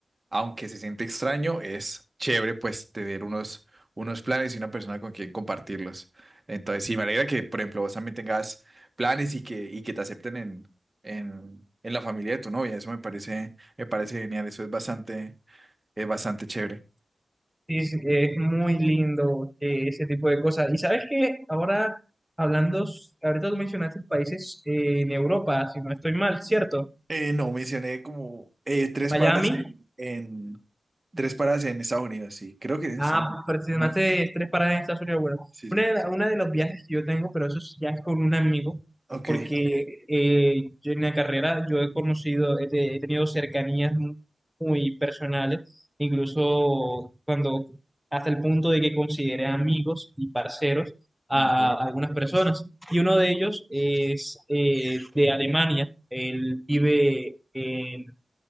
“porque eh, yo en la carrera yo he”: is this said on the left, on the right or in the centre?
Centre